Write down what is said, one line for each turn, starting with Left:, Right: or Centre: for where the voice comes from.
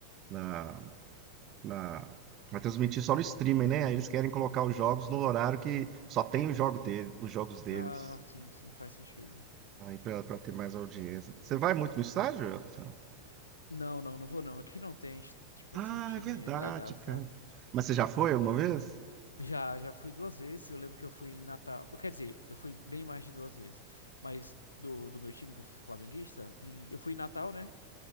Right: na, na- Vai transmitir só no streaming, né? Aí eles querem colocar os jogos no horário que só tem o jogo dele, os jogos deles.
Left: Ah, sim, sim, faz sentido.
Right: Aí pra, pra ter mais audiência. Você vai muito no estádio? Rafa?
Left: Não, não, não vou não. Aqui não tem, tipo
Right: Ah,
Left: assim, time
Right: é verdade,
Left: legal, sabe?
Right: cara. Mas você já foi alguma vez?
Left: Já, já fui duas vezes. Eu lembro que eu fui em Natal. Quer dizer, eu fui bem mais de duas vezes. Mas do, do meu time, que eu sou flamenguista, em- eu fui em Natal, né?